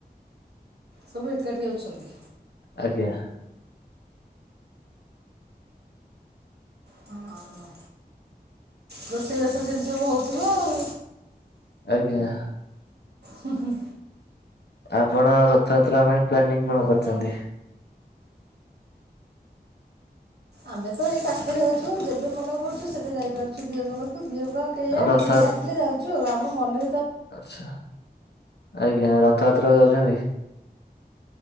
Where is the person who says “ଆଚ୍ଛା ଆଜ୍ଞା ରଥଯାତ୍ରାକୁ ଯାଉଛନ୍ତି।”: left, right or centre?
Left